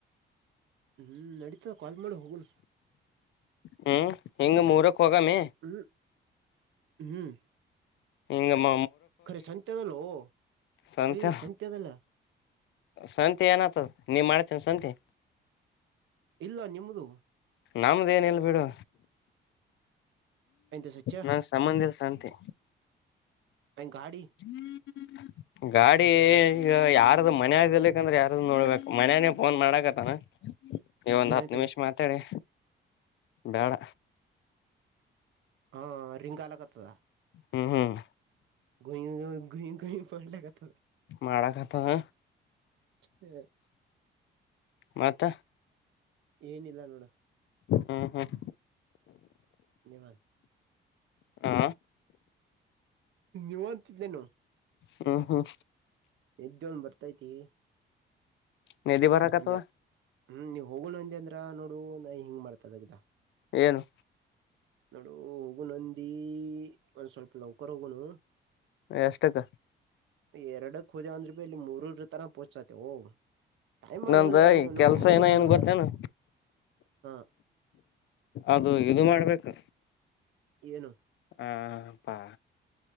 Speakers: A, on the right; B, on the left.
A: ಹ್ಞೂ ನಡೀತಾ ಕಾಲ್ ಮಾಡಿ ಹೋಗೋಣ
B: ಹ್ಮ್ ಹಿಂಗ ಮೂರಕ್ ಹೋಗಾಮಿ
A: ಹ್ಮ್ ಹ್ಮ್
B: ಹಿಂಗಮ್ಮ
A: ಕರೆ ಸಂತೆದಲ್ಲೂ ಓ
B: ಸಂತೆ
A: ಯ ಸಂತೆದಲ್ಲ
B: ಸಂತೆ ಏನ ಆತದ ನೀವ್ ಮಾಡ್ತೀನ ಸಂತಿ
A: ಇಲ್ಲ ನಿಮ್ದು
B: ನಮ್ದ ಏನಿಲ್ ಬಿಡು
A: ಎಂತ ಸಚ್ಚ
B: ನಂ ಸಂಬಂಧಿಲ ಸಂತಿ
A: ಹಂಗ ಗಾಡಿ
B: ಹ್ಮ್ ಹ್ಮ್ ಗಾಡಿ ಈಗ ಯಾರ್ದು ಮನೆಯಾಗಿರ್ಲಿ ಕಂದ್ರ ಯಾರ್ದ ನೋಡ್ಬೇಕ್ ಮನ್ಯನೇ ಫೋನ್ ಮಾಡಾಕತ್ತನಾ ಈ ಒಂದ್
A: ಏನೈತ್ರಿ
B: ಹತ್ತು ನಿಮಿಷ ಮಾತಾಡಿ ಬ್ಯಾಡ
A: ಹಾ ರಿಂಗಾಲಾಕತದ
B: ಹ್ಮ್ ಹ್ಮ್
A: <unintelligible> ಪಡ್ಲ ಕಥ <inaudible>
B: ಮಾಡಕತ್ತದ
A: ಹ.
B: ಮತ್ತ
A: ಏನಿಲ್ಲ ನೋಡ
B: ಹ್ಮ್ ಹ್ಮ್
A: ಧನ್ವಾದ
B: ಆ
A: ನೀವ ಅಂತಿದ್ಲೇನು
B: ಹ್ಮ್ ಹ್ಮ್
A: ಎ ಒಂದ ಬರ್ತೈತಿ.
B: ನಿದ್ದಿ ಬರಕಥವ
A: ಒಂಜರ ಹ್ಮ್ ನೀವ್ ಹೋಗೋಣ ಅಂದಿ ಅಂದ್ರ ನೋಡು ನ ಹಿಂಗ್ ಮಾಡ್ತದಗ್ದ
B: ಏನು
A: ನೋಡು ಹೋಗ ನಂದಿ ಒಂದ್ ಸ್ವಲ್ಪ ಲೌಕರ್ ಹೋಗುನು.
B: ಎಷ್ಟಕ್ಕ.
A: ಎರಡಕ್ ಹೋದೆವಂದ್ರ ಬಿ ಅಲ್ಲಿ ಮೂರೂರ ತರ ಪೋಚ್ಸಾತೆ. ಟೈಮ್ ಮಾಡಿ
B: ನಂದ
A: ಹೋದ್ರ ಅಲ್ಲಿ
B: ಕೆಲ್ಸ
A: ನೋಡು ಮೂರಕ್
B: ಏನ
A: ಹೋದೆೇವಂದ್ರ
B: ಏನ್ ಗೊತ್ತೇನು
A: ಹಾ.
B: ಅದು ಇದು ಮಾಡ್ಬೇಕು.
A: ಏನು
B: <inaudible> ಹಾಪ್ಪಾ